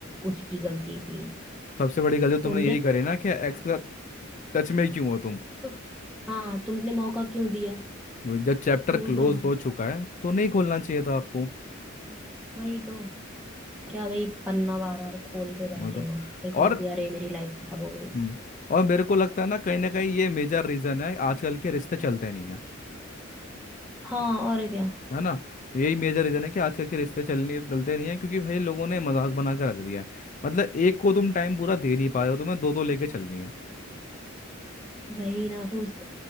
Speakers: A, in the centre; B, on the left.
A: उसकी गलती थी
B: सबसे बड़ी गलती तुमने
A: तुमने
B: यही करी ना कि एक्स के साथ टच में ही क्यों हो तुम
A: तो हाँ तुमने मौका क्यों दिया
B: वही, जब चैप्टर
A: दूर
B: क्लोज
A: रहो
B: हो चुका है तो नहीं खोलना चाहिए था आपको
A: वही तो क्या वही पन्ना बार बार खोल के बैठे
B: वही तो
A: हो फिर कहोगे
B: और
A: अरे मेरी लाइफ खराब हो गई
B: हम्म और मेरे को लगता है ना कहीं ना कहीं ये मेजर रीजन है आजकल के रिश्ते चलते नहीं है
A: हाँ और क्या
B: है ना यही मेजर रीजन है कि आजकल के रिश्ते चलने चलते नहीं है क्योंकि भाई लोगों ने मजाक बना के रख दिया है मतलब एक को तुम टाइम पूरा दे नहीं पा रहे हो तुम्हें दो दो लेके चलनी है
A: वही ना सोचते